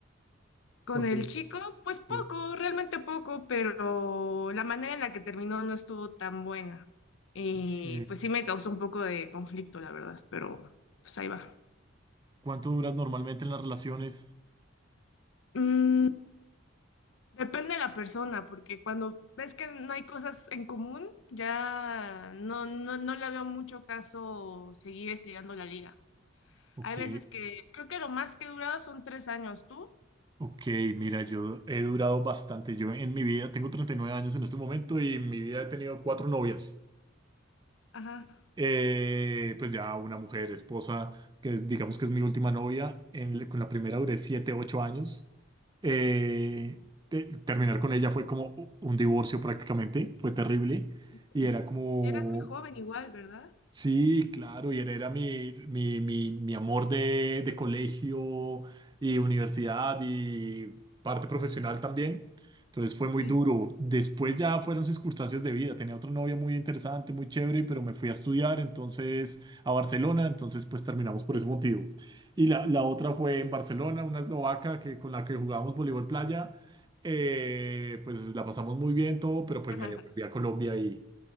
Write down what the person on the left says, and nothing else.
Con
el
chico, pues poco,
realmente poco, pero la manera en la que terminó no estuvo tan buena. Y
pues sí me causó un poco de conflicto, la verdad, pero pues ahí va.
Mm, depende de la persona, porque cuando ves que no hay cosas en común, ya no, no, no le veo mucho caso seguir estirando la liga.
Hay veces que creo que lo más que he durado son tres años. ¿Tú?
Ajá.
Oh,
sí.
Eras muy joven igual, ¿verdad?
Sí.
<laughs>